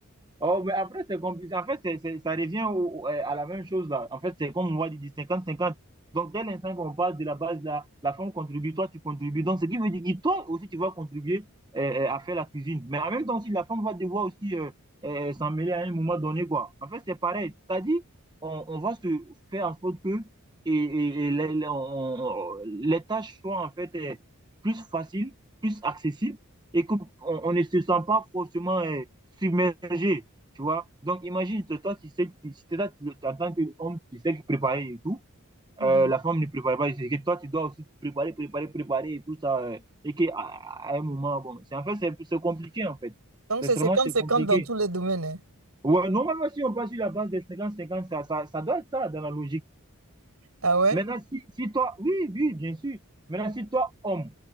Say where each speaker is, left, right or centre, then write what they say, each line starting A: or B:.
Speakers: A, on the right; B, on the right.
A: Oh, mais après, c'est compliqué. En fait, c'est- c'est- ça revient au- au- euh, à la même chose là. En fait, c'est comme on va dire cinquante cinquante Donc, dès l'instant qu'on parle de la base là, la femme contribue, toi, tu contribues. Donc, ce qui veut dire que toi aussi, tu vas contribuer euh, euh, à faire la cuisine. Mais en même temps aussi, la femme va devoir aussi euh, euh, s'en mêler à un moment donné, quoi. En fait, c'est pareil. C'est-à-dire, on, on va se faire en sorte que et, et- et les, les- on- on- les tâches soient en fait euh, plus faciles, plus accessibles et qu'on on on ne se sent pas forcément euh, submergé. Tu vois? Donc, imagine, toi, tu sais, tu, si t'es là, tu- en tant qu'homme, tu sais que préparer et tout,
B: <laughs>
A: euh, la femme ne prépare pas, c'est que toi, tu dois aussi préparer, préparer, préparer et tout ça, euh, et qu'à à à un moment, bon, c'est en fait, c'est c'est compliqué, en fait.
B: Donc,
A: Sincèrement,
B: c'est cinquante
A: c'est
B: cinquante
A: compliqué.
B: dans tous les domaines. hein.
A: Ouais, normalement, si on passe sur la base des cinquante cinquante ça, ça, ça doit être ça dans la logique.
B: Ah ouais?
A: Maintenant, si, si toi, oui, oui, bien sûr. Maintenant, si toi, homme,